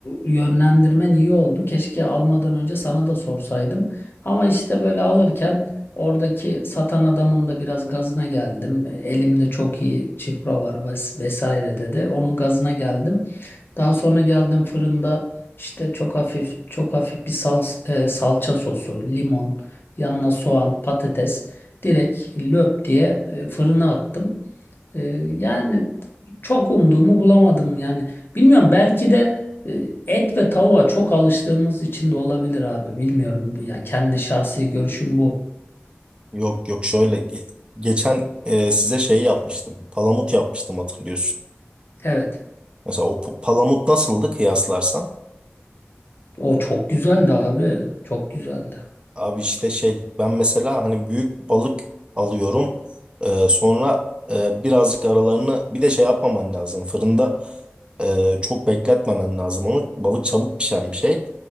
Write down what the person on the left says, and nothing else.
e, yönlendirmen iyi oldu. Keşke almadan önce sana da sorsaydım. Ama işte böyle alırken oradaki satan adamın da biraz gazına geldim. Elimde çok iyi çipro var ves- vesaire dedi. Onun gazına geldim. Daha sonra geldim fırında işte çok hafif çok hafif bir sal, e, salça sosu, limon, yanına soğan, patates direkt löp diye e, fırına attım. Ee, yani çok umduğumu bulamadım yani. Bilmiyorum belki de e, et ve tavuğa çok alıştığımız için de olabilir abi. Bilmiyorum. Yani kendi şahsi görüşüm bu.
Evet.
O çok güzeldi abi. Çok güzeldi.